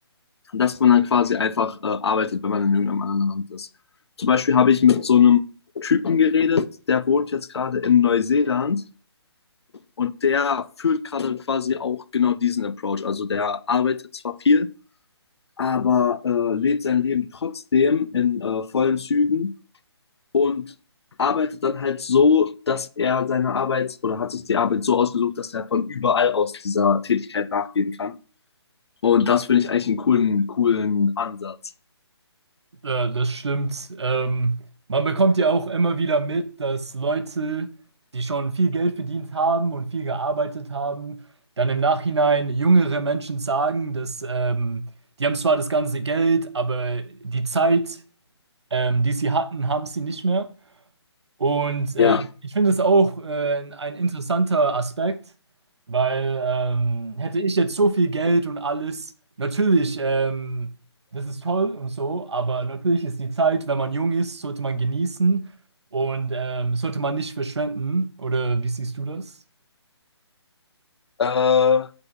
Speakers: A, on the left (about 70°); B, on the right (about 75°).
A: dass man dann quasi einfach äh, arbeitet, wenn man in irgendeinem anderen Land ist. Zum Beispiel habe ich mit so einem Typen geredet, der wohnt jetzt gerade in Neuseeland und der führt gerade quasi auch genau diesen Approach. Also der arbeitet zwar viel, aber äh, lebt sein Leben trotzdem in äh, vollen Zügen und arbeitet dann halt so, dass er seine Arbeit oder hat sich die Arbeit so ausgesucht, dass er von überall aus dieser Tätigkeit nachgehen kann. Und das finde ich eigentlich einen coolen, coolen Ansatz.
B: Äh, das stimmt. Ähm, man bekommt ja auch immer wieder mit, dass Leute, die schon viel Geld verdient haben und viel gearbeitet haben, dann im Nachhinein jüngere Menschen sagen, dass ähm, die haben zwar das ganze Geld, aber die Zeit, ähm, die sie hatten, haben sie nicht mehr. Und äh,
A: Ja.
B: ich finde es auch äh, ein interessanter Aspekt, weil ähm, hätte ich jetzt so viel Geld und alles, natürlich, ähm, das ist toll und so, aber natürlich ist die Zeit, wenn man jung ist, sollte man genießen und ähm, sollte man nicht verschwenden. Oder wie siehst du das?
A: Äh,